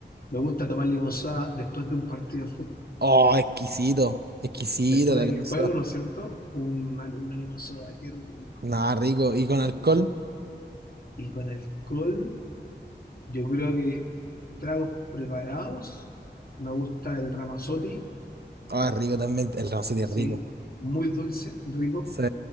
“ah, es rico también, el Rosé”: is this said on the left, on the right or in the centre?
Right